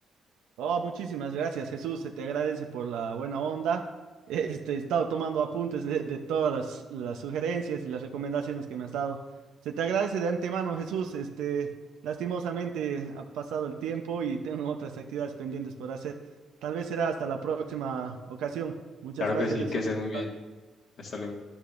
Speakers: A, on the right; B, on the left.
A: Oh, muchísimas gracias, Jesús. Se te agradece por la buena onda. <laughs> Este, he estado tomando apuntes de, de todas las, las sugerencias y las recomendaciones que me has dado. Se te agradece de antemano, Jesús. Este, lastimosamente ha pasado el tiempo y <laughs> tengo otras actividades pendientes por hacer. Tal vez será hasta la próxima ocasión. Muchas
B: Claro
A: gracias,
B: que sí,
A: Jesús.
B: que estés muy bien. Hasta luego.